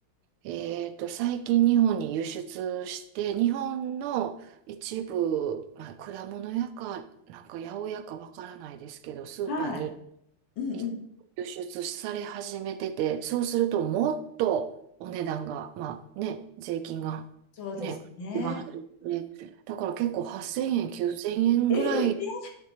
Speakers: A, on the right; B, on the left.
A: えっと、最近日本に輸出して、日本の一部、まあ、果物屋か、なんか八百屋かわからないですけど、スーパーに
B: なんはい。うんうん。
A: い輸出され始めてて、そうするともっとお値段が、まあね、税金がね、
B: そうですね。
A: 一番入るので、だから結構8000円、9000円ぐらい
B: えー